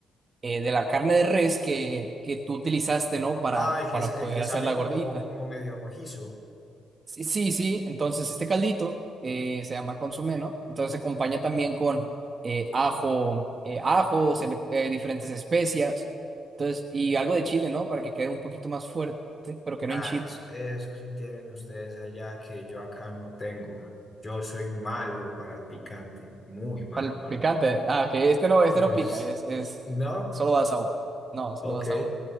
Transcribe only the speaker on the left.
Ah, el que,
es- el
que
sale
como,
como medio rojizo.
Ah,
es- eso sí tienen ustedes allá que yo acá no tengo. Yo soy malo para el picante, muy malo
para
el picante.
Es-
¿No?
Ok.